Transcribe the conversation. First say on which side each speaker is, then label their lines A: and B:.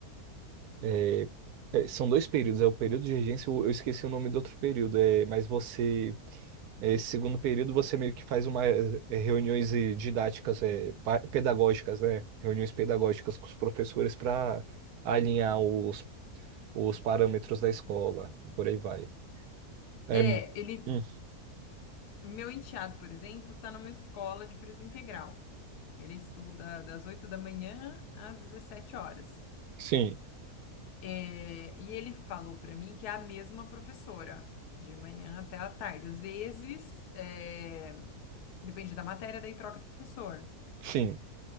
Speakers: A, on the right; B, on the left.
A: é, é, são dois períodos, é o período de regência, eu eu esqueci o nome do outro período, é, mas você, é, esse segundo período, você meio que faz uma, é, reuniões eh, didáticas, é, pa- pedagógicas, né? Reuniões pedagógicas com os professores para alinhar os, os parâmetros da escola, e por aí vai. É,
B: É, ele.
A: hum,
B: Meu enteado, por exemplo, está numa escola de período integral. Ele estuda das 8 da manhã às 17 horas.
A: sim,
B: É, e ele falou para mim que é a mesma professora, de manhã até à tarde. Às vezes, é, depende da matéria, daí troca de professor.
A: sim,